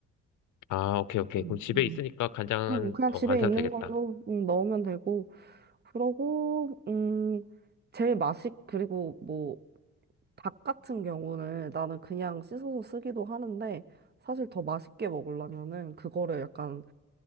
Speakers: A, on the left; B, on the right.
A: 아, 오케이, 오케이.
B: 응
A: 그럼 집에
B: 응
A: 있으니까 간장은,
B: 응, 그냥
A: 어,
B: 집에
A: 안 사도
B: 있는
A: 되겠다.
B: 걸로 응, 넣으면 되고. 그러고, 음, 제일 맛있, 그리고 뭐, 닭 같은 경우는 나는 그냥 씻어서 쓰기도 하는데, 사실 더 맛있게 먹으려면은, 그거를 약간,